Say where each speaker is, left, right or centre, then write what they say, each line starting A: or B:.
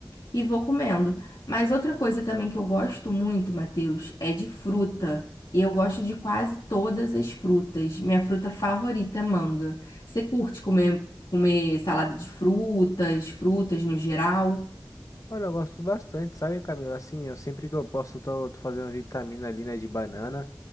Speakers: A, on the left; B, on the left.
A: e vou comendo. Mas outra coisa também que eu gosto muito, Matheus, é de fruta. E eu gosto de quase todas as frutas. Minha fruta favorita é manga. Você curte comer, comer salada de frutas, frutas no geral?
B: Olha, eu gosto bastante, sabe, Camila? Assim, eu sempre que eu posso, tô, tô fazendo vitamina ali, né, de banana.